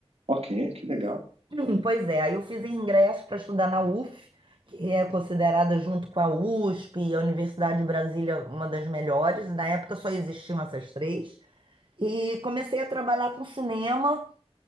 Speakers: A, on the right (about 75°); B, on the right (about 50°).
A: Ok, que legal.
B: <clears throat> Hum, Pois é, aí eu fiz ingresso para estudar na UF, que é considerada junto com a USP, a Universidade de Brasília, uma das melhores. Na época só existiam essas três. E comecei a trabalhar com cinema.